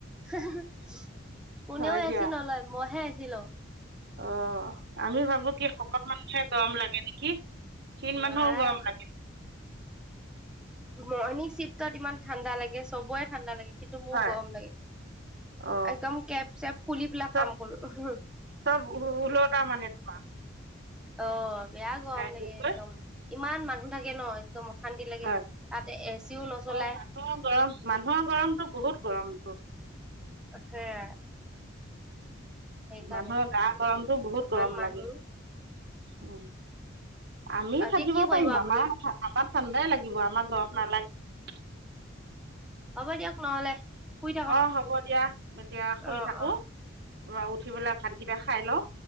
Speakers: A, in the centre; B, on the right.
A: কোনেও
B: হয়
A: এ
B: দিয়া
A: ছি নলয় মইহে এ চি লও
B: অ আমি ভাবো কি শকত মানুহে গৰম লাগে নেকি? খিন
A: নাই
B: মানুহো গৰম লাগে
A: মৰ্ণিং চিফ্টত ইমান ঠাণ্ডা লাগে সবৰে ঠাণ্ডা লাগে কিন্তু মোৰ
B: হয়
A: গৰম লাগে
B: অ
A: একদম কেব চেপ খুলি পেলাক
B: চব
A: কাম কৰো
B: চব ওলটা মানে তোমাৰ
A: অ বেয়া গৰম
B: ৰাইজতকৈ
A: লাগে একদম ইমান মানুহ থাকে ন একদম অশান্তি লাগে
B: হয়
A: তাতে এ চিও নচলায়
B: অ মানুহৰ গৰম মানুহৰ গৰমটো বহুত গৰম
A: সেয়াই সেইকাৰণে
B: মানুহৰ গা গৰমতটো বহুত
A: ইমান
B: গৰম
A: মানুহ
B: লাগে। উ আমি
A: এতিয়া
B: থাকিব
A: কি কৰিব
B: পাৰিম
A: আপুনি
B: আমাৰ আমাৰ ঠাণ্ডাই লাগিব আমাৰ গৰম নালাগে।
A: অ হ'ব দিয়ক নহ'লে শুই থাকক
B: অ হ'ব দিয়া এতিয়া শুই
A: অ
B: থাকো।
A: অ
B: উঠি পেলাই ভাতকেইটা খাই লওঁ।